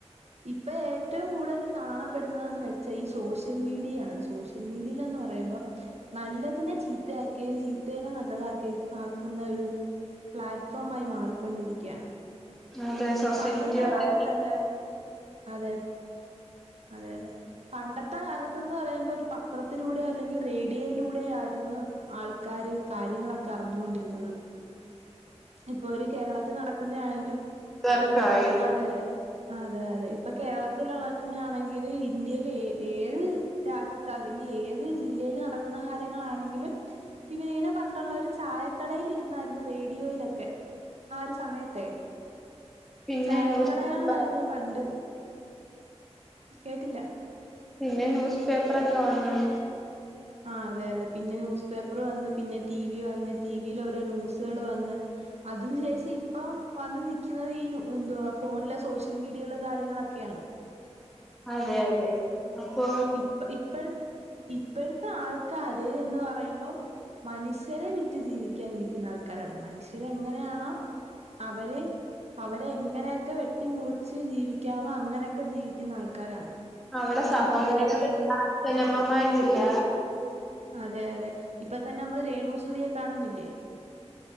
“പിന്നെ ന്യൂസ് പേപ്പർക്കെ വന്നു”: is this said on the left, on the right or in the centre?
Centre